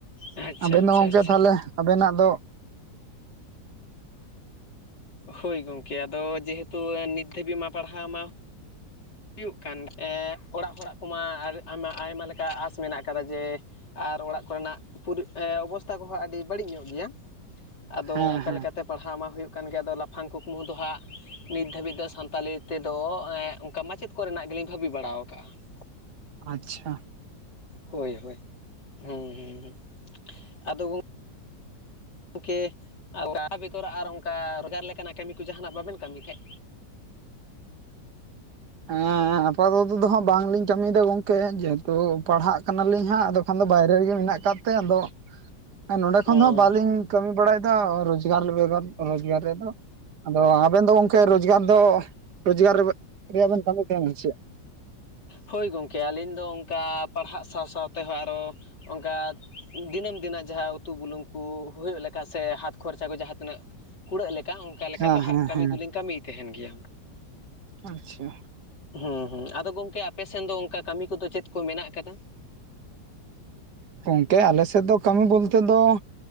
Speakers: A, on the left; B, on the right.
A: ᱟᱪᱪᱷᱟ
B: ᱟᱵᱮᱱ
A: ᱟᱪᱪᱷᱟ
B: ᱫᱚ ᱜᱚᱝᱠᱮ
A: ᱟᱪᱪᱷᱟ
B: ᱛᱟᱦᱚᱞᱮ ᱟᱵᱮᱱᱟᱜ ᱫᱚ
A: ᱦᱳᱭ ᱜᱚᱝᱠᱮ ᱟᱫᱚ ᱡᱮᱦᱮᱛᱩ ᱱᱤᱛ ᱫᱷᱟᱹᱵᱤᱡ ᱢᱟ ᱯᱟᱲᱦᱟᱣ ᱢᱟ ᱦᱩᱭᱩᱜ ᱠᱟᱱ, ᱮ ᱚᱲᱟᱜ ᱦᱚᱲᱟᱜ ᱠᱚᱢᱟ ᱟᱭᱢᱟ ᱟᱭᱢᱟ ᱞᱮᱠᱟ ᱟᱥ ᱢᱮᱱᱟᱜ ᱟᱠᱟᱫᱟ ᱡᱮ ᱟᱨ ᱚᱲᱟᱜ ᱠᱚᱨᱮᱱᱟᱜ ᱯᱩᱨᱤ ᱚᱵᱚᱥᱛᱷᱟ ᱠᱚ ᱦᱟᱸᱜ ᱟᱹᱰᱤ ᱵᱟᱹᱲᱤᱡ ᱧᱚᱜ ᱜᱮᱭᱟ ᱾ ᱟᱫᱚ
B: ᱦᱮᱸ
A: ᱚᱱᱠᱟ
B: ᱦᱮᱸ
A: ᱞᱮᱠᱟᱛᱮ ᱯᱟᱲᱦᱟᱣ ᱢᱟ ᱦᱩᱭᱩᱜ ᱠᱟᱱ ᱜᱮ ᱟᱫᱚ ᱞᱟᱯᱷᱟᱝ ᱠᱩᱠᱢᱩ ᱫᱚ ᱦᱟᱸᱜ ᱱᱤᱛ ᱫᱷᱟᱹᱵᱤᱡ ᱫᱚ ᱥᱟᱱᱛᱟᱞᱤ ᱛᱮᱫᱚ ᱮᱦ ᱚᱱᱠᱟ ᱢᱟᱪᱮᱫ ᱠᱚᱨᱮᱱᱟᱜ ᱜᱮᱞᱤᱧ ᱵᱷᱟᱹᱵᱤ ᱵᱟᱲᱟᱣ ᱠᱟᱜᱼᱟ ᱾
B: ᱟᱪᱪᱷᱟ ᱾
A: ᱦᱳᱭ ᱦᱳᱭ ᱦᱩᱸ ᱦᱩᱸ ᱟᱫᱚ ᱜᱚᱝ- ᱜᱚᱢᱠᱮ ᱚᱱᱟ ᱵᱮᱜᱚᱨ ᱟᱨ ᱚᱱᱠᱟ ᱨᱳᱡᱜᱟᱨ ᱞᱮᱠᱟᱱᱟᱜ ᱠᱟᱹᱢᱤ ᱠᱚ ᱡᱟᱦᱟᱱᱟᱜ ᱵᱟᱵᱮᱱ ᱠᱟᱹᱢᱤ ᱠᱷᱟᱡ
B: ᱦᱮᱸ ᱦᱮᱸ ᱟᱯᱟᱛᱚᱛᱚ ᱫᱚ ᱦᱟᱸᱜ ᱵᱟᱝᱞᱤᱧ ᱠᱟᱹᱢᱤᱭᱫᱟ ᱜᱚᱝᱠᱮ ᱡᱮᱦᱮᱛᱩ ᱯᱟᱲᱦᱟᱜ ᱠᱟᱱᱟᱞᱤᱧ ᱦᱟᱸᱜ, ᱟᱫᱚ ᱠᱷᱟᱱ ᱫᱚ ᱵᱟᱭᱨᱮ ᱨᱮ ᱜᱮ ᱢᱮᱱᱟᱜ ᱠᱟᱫ ᱛᱮ ᱟᱫᱚ ᱱᱚᱸᱰᱮ
A: ᱚ
B: ᱠᱷᱚᱱ ᱫᱚ ᱵᱟᱹᱞᱤᱧ ᱠᱟᱹᱢᱤ ᱵᱟᱲᱟᱭ ᱫᱟ ᱨᱳᱡᱽᱜᱟᱨ ᱞᱮᱵᱮᱞ ᱨᱮ ᱨᱳᱡᱽᱜᱟᱨ ᱨᱮ ᱫᱚ ᱾ ᱟᱫᱚ ᱟᱵᱮᱱ ᱫᱚ ᱜᱚᱝᱠᱮ ᱨᱚᱡᱽᱜᱟᱨ ᱫᱚ ᱨᱚᱡᱽᱜᱟᱨ ᱨᱮᱵᱮ ᱨᱮᱭᱟᱜ ᱵᱮᱱ ᱠᱟᱹᱢᱤ ᱛᱟᱦᱮᱱᱟ ᱪᱮᱫ?
A: ᱦᱳᱭ ᱜᱚᱢᱠᱮ ᱟᱹᱞᱤᱧ ᱫᱚ ᱚᱱᱠᱟ ᱯᱟᱲᱦᱟᱜ ᱥᱟᱶ ᱥᱟᱶ ᱛᱮ ᱦᱚᱸ ᱟᱨᱦᱚᱸ ᱚᱱᱠᱟ ᱫᱤᱱᱟᱹᱢ ᱫᱤᱱᱟᱜ ᱡᱟᱦᱟ ᱩᱛᱩ ᱵᱩᱞᱩᱝ ᱠᱚ ᱦᱩᱭᱩᱜ ᱞᱮᱠᱟ ᱥᱮ ᱦᱟᱛ ᱠᱷᱚᱨᱪᱟ ᱠᱚ ᱡᱟᱦᱟ ᱛᱤᱱᱟᱹᱜ ᱠᱩᱲᱟᱹᱜ ᱞᱮᱠᱟ ᱚᱱᱠᱟ ᱞᱮᱠᱟ
B: ᱦᱮᱸ
A: ᱫᱚ ᱦᱟᱸᱜ
B: ᱦᱮᱸ
A: ᱠᱟᱹᱢᱤ
B: ᱦᱮᱸ
A: ᱫᱚᱞᱤᱧ ᱠᱟᱹᱢᱤᱭ ᱛᱟᱦᱮᱱ ᱜᱮᱭᱟ
B: ᱟᱪᱪᱷᱟ
A: ᱦᱩᱸ ᱦᱩᱸ ᱟᱫᱚ ᱜᱚᱝᱠᱮ ᱟᱯᱮ ᱥᱮᱱ ᱫᱚ ᱚᱱᱠᱟ ᱠᱟᱹᱢᱤ ᱠᱚᱫᱚ ᱪᱮᱫ ᱠᱚ ᱢᱮᱱᱟᱜ ᱟᱠᱟᱫᱟ
B: ᱜᱚᱝᱠᱮ ᱟᱞᱮ ᱥᱮᱫ ᱫᱚ ᱠᱟᱹᱢᱤ ᱵᱳᱞᱛᱮ ᱫᱚ